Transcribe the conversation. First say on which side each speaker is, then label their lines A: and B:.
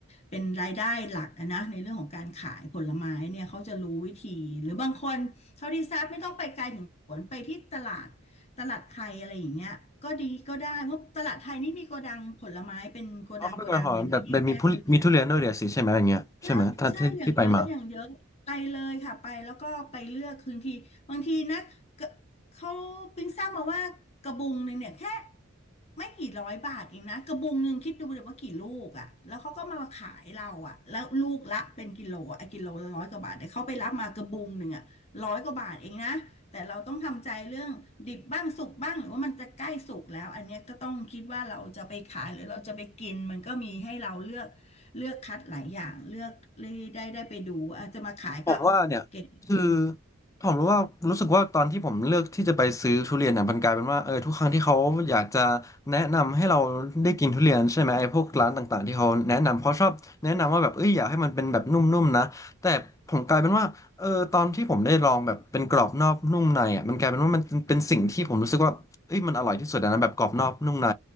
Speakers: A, on the left; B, on the left.
A: เป็นรายได้หลักอะนะในเรื่องของการขายผลไม้เนี่ยเขาจะรู้วิธีหรือบางคน เท่าที่ทราบไม่ต้องไปไกลถึงสวนไปที่ตลาดตลาดไทยอะไรอย่างเงี้ยก็ดีก็ได้เพราะตลาดไทยนี่มีโกดังผลไม้เป็นโกดังโกดังเลยนะแยกๆกันเลยนะ
B: อ๋อเขาไปกนนหอมแบบแบบมีผู้มีทุเรียนด้วยเดี๋ยวสิใช่ไหมอย่างเงี้ยใช่ไหมท่านที่ที่ไปมา
A: ใช่ใช่อย่างเยอะอย่างเยอะไปเลยค่ะไปแล้วก็ไปเลือกคืนทีบางทีนะกเขาปิ้งทราบมาว่ากระบุงหนึ่งเนี่ยแค่ไม่กี่ร้อยบาทเองนะกระบุงหนึ่งคิดดูเลยว่ากี่ลูกอ่ะแล้วเขาก็มาขายเราอ่ะแล้วลูกละเป็นกิโลอะกิโลละร้อยกว่าบาทแต่เขาไปรับมากระบุงหนึ่งอ่ะร้อยกว่าบาทเองนะแต่เราต้องทำใจเรื่องดิบบ้างสุกบ้างหรือว่ามันจะใกล้สุกแล้วอันเนี้ยก็ต้องคิดว่าเราจะไปขายหรือเราจะไปกินมันก็มีให้เราเลือก เลือกคัดหลายอย่างเลือกเลยได้ได้ไปดูอาจจะมาขายก็
B: ผมว่าเนี่ยคือ
A: เก็บเงิน
B: ผมรู้ว่ารู้สึกว่าตอนที่ผมเลือกที่จะไปซื้อทุเรียนเนี่ยมันกลายเป็นว่าเออทุกครั้งที่เขาอยากจะแนะนำให้เราได้กินทุเรียนใช่ไหมไอ้พวกร้านต่างๆที่เขาแนะนำเขาชอบแนะนำว่าแบบเอ้ยอยากให้มันเป็นแบบนุ่มๆนะแต่ผมกลายเป็นว่าเออตอนที่ผมได้ลองแบบเป็นกรอบนอกนุ่มในอ่ะมันกลายเป็นว่ามันเป็นสิ่งที่ผมรู้สึกว่าเอ้ยมันอร่อยที่สุดอะนะแบบกรอบนอกนุ่มใน